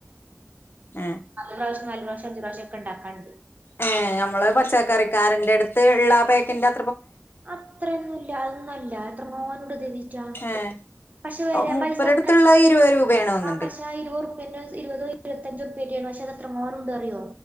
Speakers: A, on the left; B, on the right.
A: ഏ
B: പ്രാവശ്യം അഞ്ച് പ്രാവശ്യൊക്കെ ഇണ്ടാക്കാണ്ട്
A: ഏ ഞമ്മളെ പച്ചക്കറിക്കാരന്റെ അടുത്ത് ള്ളെ പേക്കെറ്റാ
B: അത്രൊന്നുല്ല അതൊന്നുംല്ല എത്രങ്ങാനുണ്ട് <unintelligible>
A: ഏ
B: പക്ഷെ വരാം
A: മുപ്പരടുത്തുള്ള
B: പൈസ
A: ഇരുപത് രൂപയാണ് തോന്നുന്നുണ്ട്
B: പക്ഷെ ഇരുവർപേന്റെതും ഇരുപത് ഇര് അഞ്ചുർ പേറ്റെണ് പക്ഷെ എത്രങ്ങാനുണ്ട് റിയോ